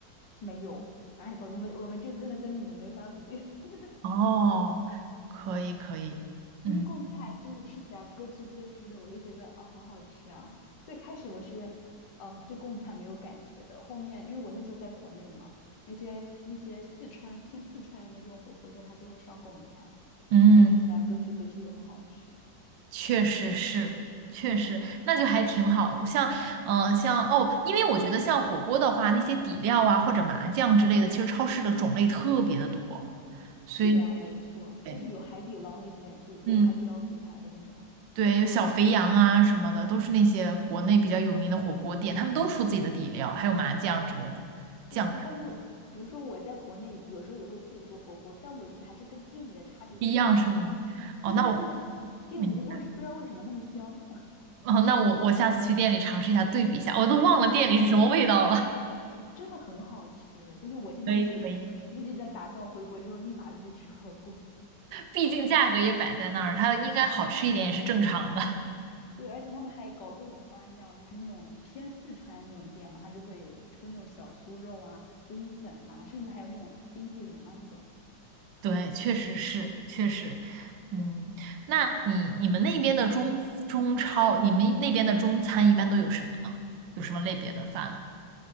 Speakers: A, on the left; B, on the right.
A: 没有。哎，我我们我们这个真的跟你们没法比，<laughs>
B: 哦，可以可以，
A: 因为贡菜就是吃起来咯吱咯吱的，
B: 嗯
A: 我就觉得啊，好好吃啊。最开始我是嗯对贡菜没有感觉的，后面因为我那时候在国内嘛，那些那些四川偏四川的那种火锅店，它就会上贡菜，然
B: 嗯，
A: 后吃起来咯吱咯吱又很好吃，
B: 确实是，确实，那就还挺好。像嗯、呃像哦，因为我觉得像火锅的话，那些底料啊或者麻酱之类的，其实超市的种类特别的多，所以
A: 是这样没错，
B: 对，
A: 就是有海底捞那些，就有海底捞品牌的那种。
B: 嗯，对，有小肥羊啊什么的，都是那些国内比较有名的火锅店，他们都出自己的底料，还有麻酱之类的酱料，
A: 对对对，但是我比如说我在国内有时候也会自己做火锅，但我觉得还是跟店里的差别挺大的。
B: 不一样是吗？哦，
A: 对，
B: 那我。
A: 它那个店里是为什不知道为什么那么香，
B: 嗯哦，那我我下次去店里尝试一下，对比一下，我都忘了店里是什么味道了。
A: <laughs> 真真的很好吃。就是我现在一直一直在打算，
B: <laughs> 可以可以。
A: 我回国之后立马就去吃火锅。
B: 毕竟价格也摆在那儿，它应该好吃一点也是正常的。
A: 对，而且他们还搞各种花样，就是那种偏四川的那种店嘛，它就会有出那种小酥肉啊、冰粉啊，甚至还有那种冰激凌啊这种。
B: <laughs> 对，确实是，确实，嗯，那你你们那边的中中超，你们那边的中餐一般都有什么呢？有什么类别的饭啊？